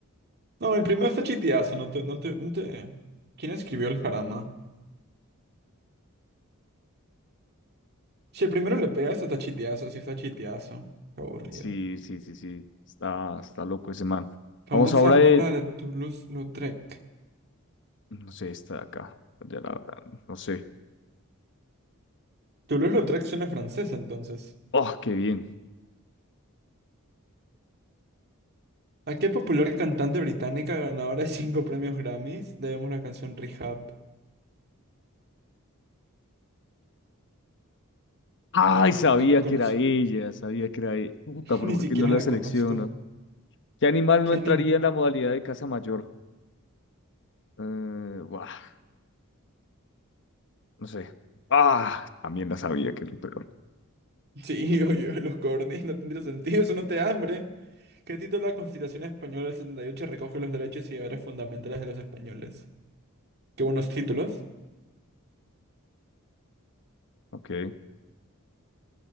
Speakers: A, on the right; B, on the left.
A: No, el primero está chiteazo, no te, no te, no te... ¿Quién escribió el jarama? Si el primero le pegas, está chiteazo, sí está chiteazo. Qué aburrido.
B: Sí, sí, sí, sí. Está, está loco ese man.
A: Famosa
B: Vamos ahora
A: obra
B: de.
A: de Toulouse-Lautrec.
B: No sé, está de acá. Ya la verdad, no sé.
A: Toulouse-Lautrec suena francés, entonces.
B: Oh, qué bien.
A: ¿A qué popular cantante británica ganadora de cinco premios Grammys debemos la canción Rehab?
B: Ay,
A: Ah, Ok,
B: sabía
A: no la conocí.
B: que era ella, sabía que era ella. Puta,
A: <laughs>
B: pero
A: Ni
B: ¿por
A: siquiera
B: qué no la
A: la
B: selecciono?
A: conozco.
B: ¿Qué animal
A: ¿Qué
B: no entraría
A: anim...
B: en la modalidad de caza mayor? Eh, buah, no sé. Ah, también la sabía que era lo peor.
A: Sí, <laughs> oye, los cornes, no tendría sentido, eso no te da hambre. ¿Qué título de la Constitución Española del 78 recoge los derechos y deberes fundamentales de los españoles? Qué buenos títulos.
B: Ok.